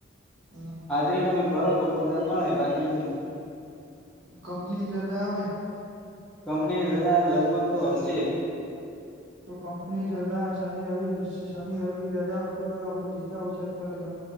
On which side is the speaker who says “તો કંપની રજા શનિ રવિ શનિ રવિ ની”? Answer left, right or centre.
Right